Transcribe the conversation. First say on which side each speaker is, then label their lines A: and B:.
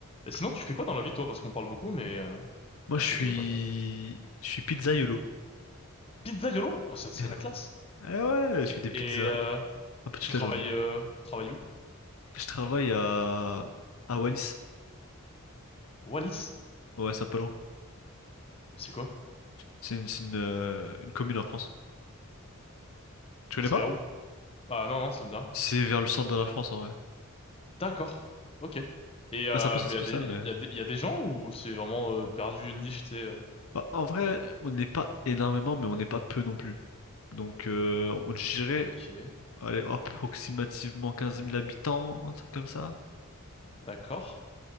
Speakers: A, on the left; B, on the left.
A: Et sinon, tu fais quoi dans la vie, toi? Parce qu'on parle beaucoup, mais euh,
B: Moi,
A: on
B: je
A: se
B: suis,
A: connaît pas, tu vois.
B: je suis pizzaïolo.
A: Pizzaiolo? Oh, c'est c'est
B: Eh
A: la
B: ouais.
A: classe.
B: Eh ouais,
A: Et,
B: je fais des
A: et,
B: pizzas
A: euh,
B: un peu toute
A: tu travailles,
B: la journée.
A: euh, tu travailles où?
B: Je travaille à, à Wallis.
A: Wallis?
B: Ouais, Saint-Palan.
A: C'est quoi?
B: C'est une, c'est une, euh, une commune en France. Tu connais
A: Mais c'est
B: pas?
A: vers où? Ah non, non, ça me dit rien.
B: C'est vers le centre de la France en vrai.
A: D'accord. Ok. Et euh,
B: Ouais, c'est un peu spécial,
A: mais il y a des,
B: mais.
A: il y a des, il y a des gens ou c'est vraiment euh, perdu une niche, tu sais. euh
B: Bah, en vrai, on n'est pas énormément, mais on n'est pas peu non plus. Donc, euh, on dirait,
A: Ok.
B: allez, approximativement 15 000 habitants, un truc comme ça.
A: D'accord.